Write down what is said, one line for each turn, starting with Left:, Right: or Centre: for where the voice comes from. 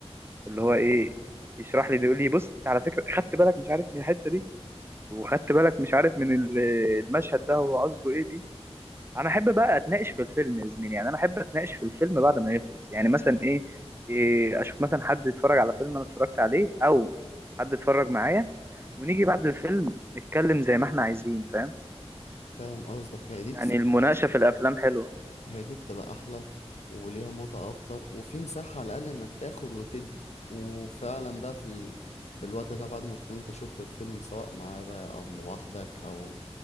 Right: اللي
Left: ايوه
Right: هو ايه يشرح لي يقول لي بص انت على فكره خدت بالك مش عارف من الحته دي وخدت بالك مش عارف من ال- المشهد ده هو قصده ايه بيه انا احب بقى اتناقش في الفيلم يا زميلي يعني انا احب اتناقش في الفيلم بعد ما يخلص يعني مثلا ايه, إيه اشوف مثلا حد اتفرج على فيلم انا اتفرجت عليه او حد اتفرج معايا ونيجي بعد الفيلم نتكلم زي ما احنا عايزين فاهم
Left: فاهم قصدك هي دي
Right: يعني
Left: بصراحة
Right: المناقشة في الأفلام حلوة
Left: هي دي بتبقى احلى وليها متعة اكتر وفي مساحة على الاقل انك تاخد وتدي وفعلا بقى في ال... في الوقت ده بعد ما تكون انت شفت الفيلم سواء معاه بقى او لوحدك او